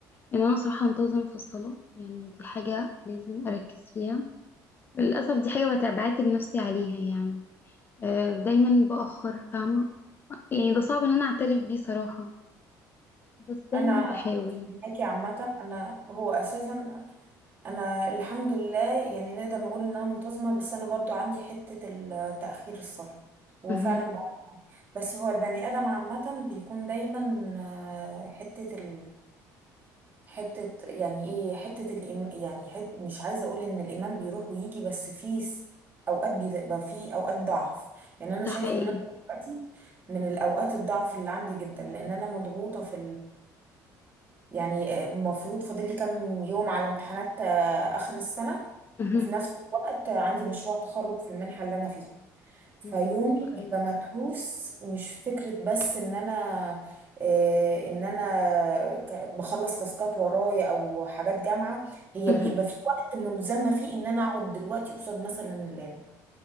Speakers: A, on the left (about 30°); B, on the right (about 25°).
A: إن أنا صراحة أنتظم في الصلاة يعني دي حاجة لازم أركز فيها للأسف دي حاجة بتع- بعاتب نفسي عليها يعني آه، دايما بأخر فاهمة يعني ده صعب إن أنا أعترف بيه صراحة بس دايما
B: انا
A: بحاول
B: معاكي عامه انا هو اساسا انا الحمد لله يعني نقدر نقول ان انا منتظمه بس انا برضو عندي حته ال- تاخير الصلاه وفعلا
A: مهم.
B: بقى بس هو البني ادم عامه بيكون دايما آه، حته ال حته يعني ايه حته الإيم يعني حت مش عايزه اقول ان الايمان بيروح ويجي بس في س- اوقات بيبقى في اوقات ضعف يعني انا
A: ده
B: شايفه
A: حقيقي
B: ان انا دلوقتي من الاوقات الضعف اللي عندي جدا لان انا مضغوطه في يعني آه، المفروض فاضل لي كام يوم على امتحانات آه، آخر السنة
A: مهم.
B: وفي نفس الوقت عندي مشروع تخرج في المنحة اللي أنا فيها فيومي
A: انا بجد متخيل
B: بيبقى متروس مش فكرة بس إن أنا آه، إن أنا ك- بخلص تاسكات ورايا أو حاجات جامعة هي
A: مهم.
B: بيبقى في وقت ملزمة فيه إن أنا أقعد دلوقتي قصاد مثلا اللاب